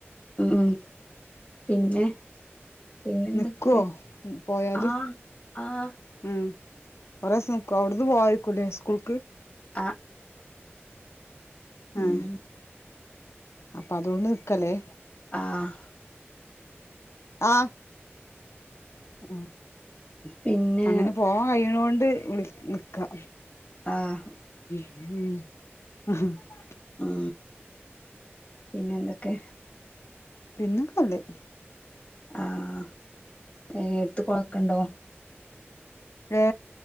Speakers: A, on the left; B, on the left.
A: ഉം പിന്നെ പിന്നെന്തൊക്കെ
B: നിക്കോ പോയാല്
A: ആഹ് ആഹ്
B: ഉം ഒരൂപരാഷ്യം നിക്കോ, അവിടന്ന്‌ പോവായിരികുല്ലേ സ്കൂൾക്ക്
A: ആ
B: ആഹ്
A: ഊമ്
B: അപ്പൊ അതൊണ്ട് നിക്കല്ലേ
A: ആഹ്
B: ആ..... ആ.... ഉ
A: പിന്നെ
B: അങ്ങനെ പോവാൻ കഴിയുനൊണ്ട് വിളി നിക്കാ
A: ആ
B: ഉ ഉ ഉ
A: ഉ പിന്നെ എന്തൊക്കെ
B: പിന്നൊക്കെ ല്ല്
A: ആഹ ഏ എടുത്ത് കൊഴക്കണ്ടോ?
B: ഏ